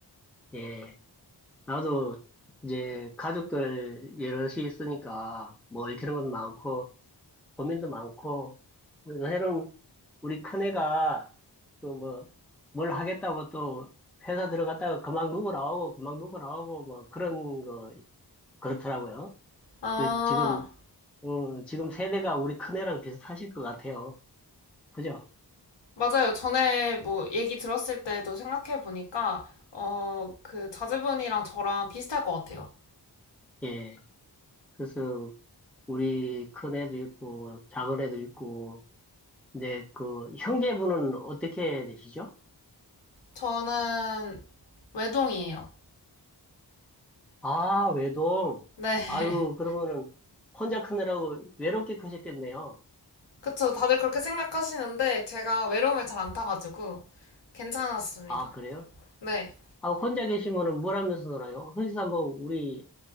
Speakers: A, in the centre; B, on the left.
A: 예. 나도 이제 가족들 여럿이 있으니까, 뭐, 읽히는 것도 많고, 고민도 많고, 그래서 새로운 우리 큰애가 그 뭐, 뭘 하겠다고 또 회사 들어갔다가 그만 누구 나오고 그만 누구 나오고 뭐 그런 거 그렇더라고요.
B: 아,
A: 그 지금, 음, 지금 세대가 우리 큰애랑 비슷하실 것 같아요. 그죠?
B: 맞아요. 전에 뭐 얘기 들었을 때도 생각해보니까, 어, 그 자제분이랑 저랑 비슷할 것 같아요.
A: 예. 그래서 우리 큰애도 있고 작은애도 있고, 근데 그 형제분은 어떻게 되시죠?
B: 저는 외동이에요.
A: 아, 외동.
B: 네.
A: 아유,
B: <laughs>
A: 그러면은 혼자 크느라고 외롭게 크셨겠네요.
B: 그쵸. 다들 그렇게 생각하시는데 제가 외로움에 잘 안 타가지고 괜찮았습니다.
A: 아, 그래요?
B: 네.
A: 아, 혼자 계시면은 뭘 하면서 놀아요? 흔히서 뭐 우리